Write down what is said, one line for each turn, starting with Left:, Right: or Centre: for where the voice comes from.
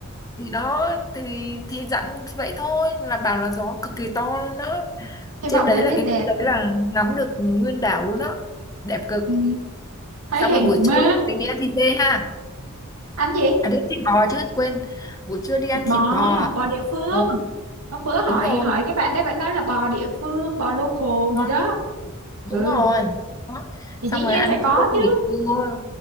Left: thì đó thì thì dặn vậy thôi là bảo là gió cực kỳ to luôn đó
Right: hy
Left: trên
Right: vọng
Left: đấy
Right: thời tiết
Left: là cái
Right: đẹp
Left: đấy là ngắm được nguyên đảo luôn đó đẹp cực
Right: ừ, thấy
Left: xong
Right: hình
Left: rồi buổi trưa
Right: mê
Left: mình đi ăn thịt dê ha
Right: anh gì
Left: à đi ăn thịt bò chứ quên buổi trưa đi ăn
Right: thịt bò
Left: thịt bò à?
Right: bò địa phương
Left: ừ.
Right: hôm bữa hỏi
Left: đúng rồi
Right: hỏi cái bạn đấy bạn nói là bò địa phương bò local
Left: ngon
Right: gì đó
Left: lắm đúng
Right: ừ
Left: rồi đó.
Right: thì
Left: xong
Right: dĩ
Left: rồi
Right: nhiên
Left: ăn
Right: phải có
Left: trưa
Right: chứ
Left: nghỉ trưa